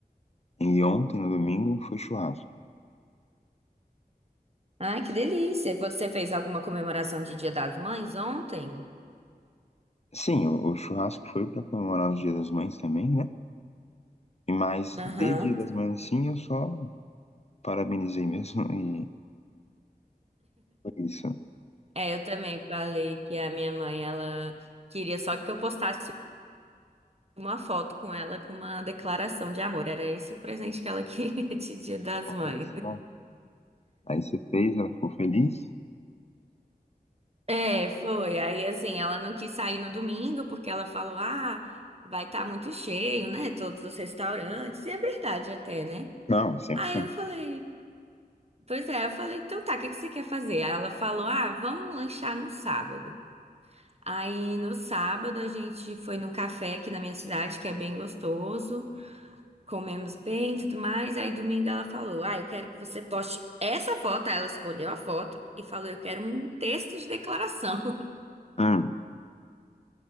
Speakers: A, on the left; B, on the right.
A: E ontem, no domingo, foi churrasco.
B: Ai, que delícia! Você fez alguma comemoração de Dia das Mães ontem?
A: Sim, o, o churrasco foi para comemorar o Dia das Mães também, né? E mais
B: Aham.
A: de Dia das Mães, assim, eu só parabenizei mesmo <laughs> e foi isso.
B: É, eu também falei que a minha mãe, ela queria só que eu postasse uma foto com ela com uma declaração de amor. Era esse o presente que ela <laughs> queria de Dia das
A: Olha
B: Mães.
A: só. Aí você fez, ela ficou feliz?
B: É, foi. Aí, assim, ela não quis sair no domingo porque ela falou: ah, vai estar muito cheio, né? Todos os restaurantes. E é verdade até, né?
A: Não, 100%.
B: Aí eu falei: pois é, eu falei: então tá, o que que você quer fazer? Aí ela falou: ah, vamos lanchar no sábado. Aí no sábado a gente foi num café aqui na minha cidade, que é bem gostoso. Comemos bem e tudo mais. Aí domingo ela falou: ah, eu quero que você poste essa foto. Aí ela escolheu a foto e falou: eu quero um texto de declaração.
A: Hum,